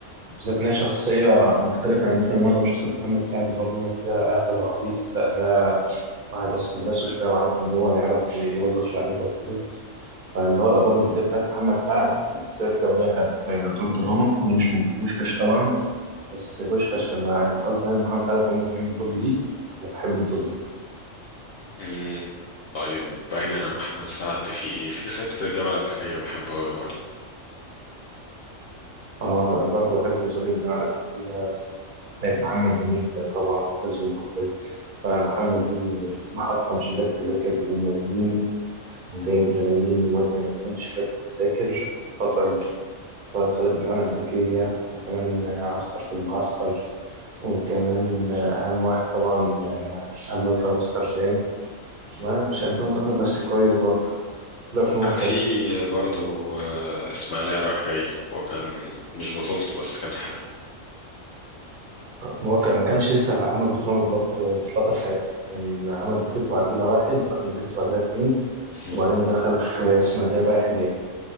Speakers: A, on the right; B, on the left.
A: بالذات إن هي شخصية مختلفة عن مثلا معظم شخصيات محمد سعد اللي هو بيعمل فيها أهبل وعبيط لا ده واحد واثق من نفسه شوية وعارف إن هو يعرف يوظف لعيبة وكده فاللي هو الادوار الجديده بتاعت محمد سعد بالذات لو هي كانت دور دراما ده مش موجود في بوشكاش طبعا بس بوشكاش لما قصدي يعني محمد سعد كمان لما يعمل دور جديد انا بحب الدور ده
B: مم، طيب بعيدا عن محمد سعد في ايه في صعيدي في الجامعه الامريكيه بحبه قوي برضه
A: اه انا برضه بحب صليب الجامعه الامريكيه بتاعت محمد هنيدي طبعا لازم يبقى كويس فمحمد هنيدي محطم شباك تذاكر بملايين وجايب ملايين ومودي ملايين في شباك التذاكر في الفترة اللي مشيت، سواء صعد الجامعة الأمريكية وكمان عسكر في المعسكر وكمان أهم واحد طبعا أمام في أمستردام ما مش قدهم أنا بس كويس برضه كل أفلامهم
B: وكان في
A: حلو
B: برضو آه، إسماعيلية رايح جاي هو كان مش بطولته بس كان حلو
A: مواقع ما كانش لسه عمل بطولة مطلقة مطلقة ساعتها كان عمل بخيت وعديلة واحد بعدين بخيت وعديلة اتنين
B: <laughs>
A: وبعدين دخل في إسماعيلية رايح جاي